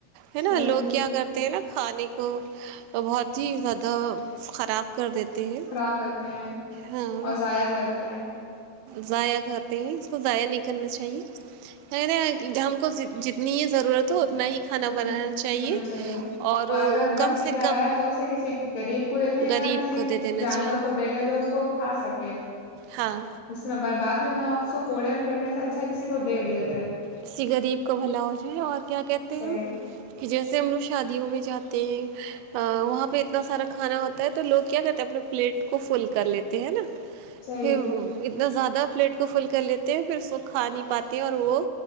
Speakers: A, on the right (about 80°); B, on the left (about 60°).
A: ہے
B: صحیح
A: نا لوگ کیا کرتے نا کھانے کو بہت ہی زیادہ تو خراب کر دیتے ہیں
B: خراب کرتے ہیں
A: ہاں
B: اور ضائع کرتے ہیں
A: ضائع کرتے ہیں اس کو ضائع نہیں کرنا چاہیے ہم کو جتنی ہی ضرورت ہو اپتنا ہی کھانا
B: اتنا
A: بنانا چاہیے
B: ہونا
A: اور
B: اگر بس
A: کم
B: پہ
A: سے
B: جا
A: کم
B: رہا ہے تو اسے کسی غریب کو دے دیں یا
A: غریب
B: کسی
A: کو دے دینا
B: جانور
A: چاہیے
B: کو دے دیں جو اس کو کھا سکے
A: ہاں
B: ج میں برباد میں نہ ہو اس کوڑے میں پنکنے سے اچھا کسی کو دے دیا جائے
A: کسی غریب کا بھلا ہو جائے اور کیا کہتے
B: صحیح
A: ہیں کہ جیسے ہم لوگ شادیوں میں جاتے ہیں وہاں پہ اتنا سارا کھانا ہوتا ہے تو لوگ کیا کرتے ہیں اپنے پلیٹ کو فل کر لیتے ہے نا
B: صحیح
A: پ زیادہ پلیٹ کو فل کر لیتے ہیں پھر اس کو کھا نہیں پاتے ہیں اور وہ